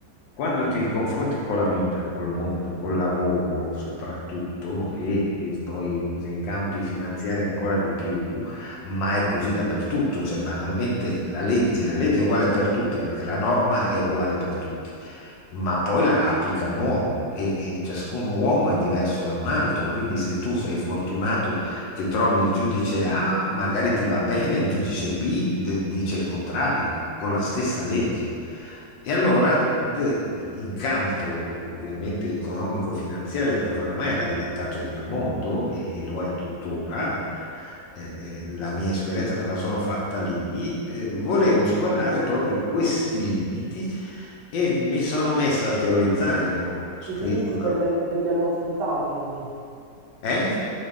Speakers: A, on the left; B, on the right.
A: quando ti confronti con la vita, col mondo, col lavoro soprattutto e e poi nei campi finanziari ancora di più, ma è così dappertutto, cioè banalmente la legge, la legge è uguale per tutti perché la norma è uguale per tutti, ma poi la applica un uomo e, e ciascun uomo è diverso da un altro, quindi se tu sei fortunato che trovi il giudice A, magari ti va bene, il giudice B d- dice il contrario, con la stessa legge. E allora, d- in campo ov- ovviamente economico-finanziario, perché oramai era diventato il mio mondo e, e lo è tuttora, eh, eh, la mia esperienza me la sono fatta lì, eh, volevo superare proprio questi limiti e mi sono messo a teorizzare, ho scritto
B: I limiti
A: la...
B: delle- dell'emotività, quindi.
A: Eh?